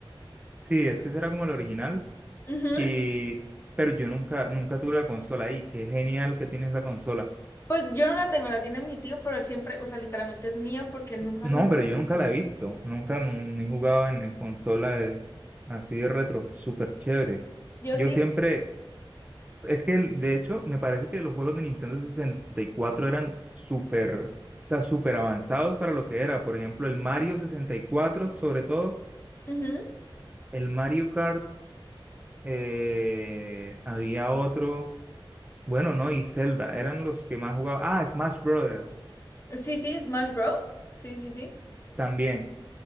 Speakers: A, on the right (about 15°); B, on the left (about 30°).
A: Sí, es que será como el original
B: Ujú.
A: y, pero yo nunca, nunca tuve la consola ahí, qué genial que tienes la consola.
B: Pues yo no la tengo, la tiene mi tío, pero él siempre, o sea, literalmente es mía porque él nunca
A: No,
B: lo...
A: pero yo nunca la he visto, nunca no, ni he jugado en, en consola de- así de retro, súper chévere.
B: Yo
A: Yo
B: sí.
A: siempre Es que el- de hecho me parece que los juegos de Nintendo 64 eran súper, o sea, súper avanzados para lo que era. Por ejemplo, el Mario 64, sobre todo,
B: ujú.
A: el Mario Kart, eh, había otro, bueno, no, y Zelda, eran los que más jugaba. Ah, Smash Brothers
B: Sí, sí, Smash Bros. Sí, sí, sí.
A: también,